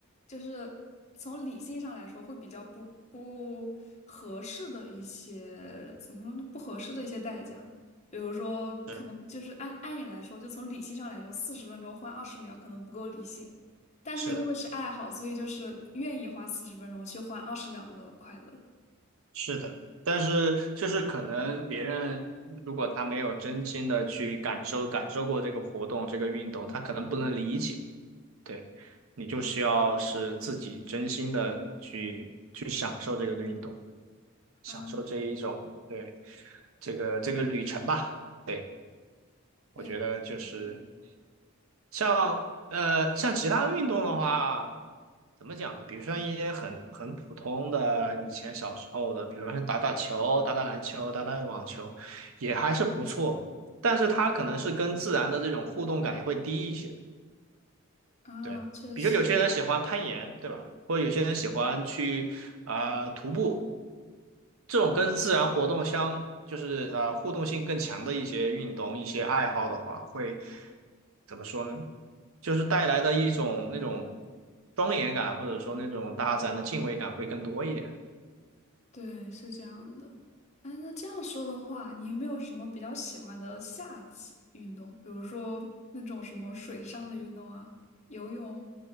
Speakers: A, on the left; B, on the right.
A: 就是从理性上来说会比较不不合适的一些，怎么说呢？不合适的一些代价，比如说可能就是按按理来说，
B: 是
A: 就从理性上来说，四十分钟换二十秒可能不够理性，但是因为是爱好，
B: 是的。
A: 所以就是愿意花四十分钟去换二十秒的快乐。
B: 是的，但是就是可能别人如果他没有真心的去感受感受过这个活动、这个运动，他可能不能理解。对，你就需要是自己真心的去去享受这个运动，享受这一种，
A: 啊，
B: 对，这个这个旅程吧。对，
A: 对，
B: 我觉得就是。
A: 是这样的。
B: 像呃像其他运动的话，怎么讲呢？比如说一些很很普通的以前小时候的，比如说是打打球、打打篮球、打打网球，也还是不错。但是它可能是跟自然的这种互动感也会低一些。
A: 啊，
B: 对，
A: 确实，
B: 比如有些人喜欢攀岩，对吧？或者有些人喜欢去啊、徒步。这种跟自然活动相，就是呃互动性更强的一些运动、一些爱好的话，会怎么说呢？就是带来的一种那种庄严感，或者说那种大自然的敬畏感会更多一点
A: 对，是这样的。哎，那这样说的话，你有没有什么比较喜欢的夏季运动？比如说那种什么水上的运动啊，游泳。